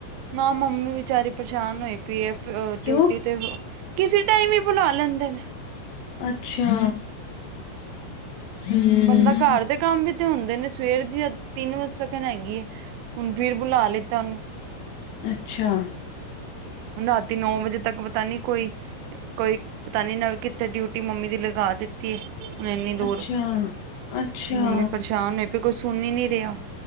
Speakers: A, on the right; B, on the left.
A: ਨਾ, ਮੰਮੀ ਵਿਚਾਰੀ ਪਰੇਸ਼ਾਨ ਹੋਈ, ਪੀਏ, ਅ
B: ਕਿਉਂ
A: ਡਿਊਟੀ ਤੇ ਕਿਸੇ ਟਾਈਮ ਹੀ ਬੁਲਾ ਲੈਂਦੇ ਨੇ।
B: ਅੱਛਾ। ਹੂੰ-ਹੂੰ
A: ਬੰਦਾ ਘਰ ਦੇ ਕੰਮ ਵੀ ਤੇ ਹੁੰਦੇ ਨੇ, ਸਵੇਰ ਦੀ ਤਿੰਨ-ਵਜੇ ਤਕਨ ਹੈਗੀ ਏ। ਹੁਣ, ਫਿਰ ਬੁਲਾ ਲਿੱਤਾ ਉਹਨੂੰ।
B: ਅੱਛਾ!
A: ਹੁਣ ਰਾਤੀ ਨੌ-ਵਜੇ ਤੱਕ ਪਤਾ ਨੀ, ਕੋਈ ਕੋਈ ਪਤਾ ਨੀ, ਨਵ ਕਿੱਥੇ ਡਿਊਟੀ ਮੰਮੀ ਦੀ ਲਗਾ ਦਿੱ ਤੀ ਏ, ਹੁਣ ਇੰਨੀ ਦੂਰ
B: ਅੱਛਾ-ਅੱਛਾ
A: ਮੰਮੀ ਪਰੇਸ਼ਾਨ ਨੇ, ਤੇ ਕੋਈ ਸੁਣ ਹੀ ਨੀ ਰਿਹਾ।